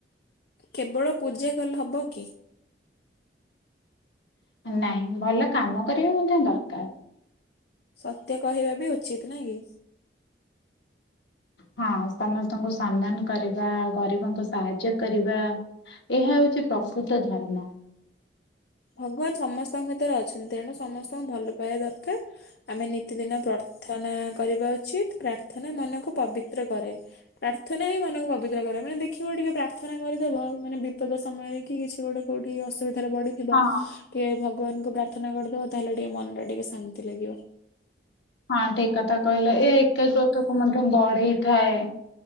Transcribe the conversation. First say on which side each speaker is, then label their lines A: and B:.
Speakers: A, on the left; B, on the left.
A: କେବଳ ପୂଜା କଲେ ହବ କି?
B: ନାଇଁ ଭଲ କାମ କରିବା ମଧ୍ୟ ଦରକାର୍।
A: ସତ୍ୟ କହିବା ବି ଉଚିତ୍ ନା କି?
B: ହଁ ସମସ୍ତଙ୍କୁ ସମ୍ମାନ କରିବା ଗରିବଙ୍କୁ ସାହାଯ୍ୟ କରିବା ଏହା ହଉଚି ପ୍ରକୃତ ଧର୍ମ।
A: ଭଗବାନ୍ ସମସ୍ତଙ୍କ ଭିତରେ ଅଛନ୍ତି ତେଣୁ ସମସ୍ତଙ୍କୁ ଭଲ ପାଇବା ଦରକାର୍। ଆମେ ନିତିଦିନ ପ୍ରାର୍ଥନା କରିବା ଉଚିତ୍ ପ୍ରାର୍ଥନା ମନକୁ ପବିତ୍ର କରେ। ପ୍ରାର୍ଥନା ହିଁ ମନକୁ ପବିତ୍ର କରେ ମାନେ ଦେଖିବ ଟିକେ ପ୍ରାର୍ଥନା କରିଦବ ମାନେ ବିପଦ ସମୟରେ କି କିଛି ଗୋଟେ କଉଠି ଅସୁବଧା ରେ ପଡିଥିବ
B: ହଁ
A: ଟିକେ ଭଗବାନଙ୍କୁ ପ୍ରାର୍ଥନା କରିଦବ ତାହେଲେ ଟିକେ ମନ ଟା ଟିକେ ଶାନ୍ତି ଲାଗିବ।
B: ହଁ ଠିକ୍ କଥା କହିଲ ଏ ଏକାଗ୍ରତା କୁ ମଧ୍ୟ ବଢେଇଥାଏ।